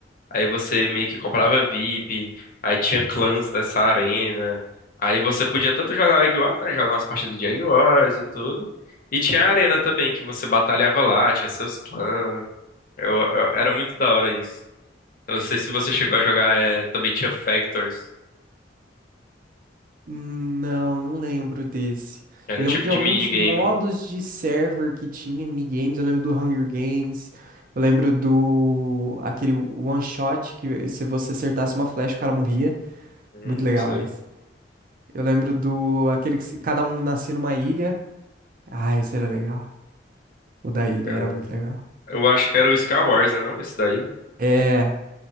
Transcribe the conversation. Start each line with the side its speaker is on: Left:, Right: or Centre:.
Left: Aí você meio que comprava VIP, aí tinha clãs dessa arena. Aí você podia tanto jogar o Egg Wars, né, jogar umas partidas de Egg Wars e tudo. E tinha a arena também, que você batalhava lá, tinha seus clãs. Eu- eu- era muito da hora isso. Eu não sei se você chegou a jogar, é, também tinha Factors.
Right: Hum, Não, não lembro desse.
Left: Era
Right: Eu lembro
Left: um tipo
Right: de
Left: de
Right: alguns
Left: minigame.
Right: modos de server que tinha, minigames. Eu lembro do Hunger Games. Eu lembro do... Aquele one shot que se você acertasse uma flecha, o cara morria.
Left: Hum,
Right: Muito
Left: não
Right: legal
Left: sei.
Right: esse. Eu lembro do... Aquele que se- cada um nascia numa ilha. Ah, esse era legal. O da ilha
Left: Cara,
Right: era muito legal.
Left: eu acho que era o Skywars, né, não? Esse daí.
Right: É...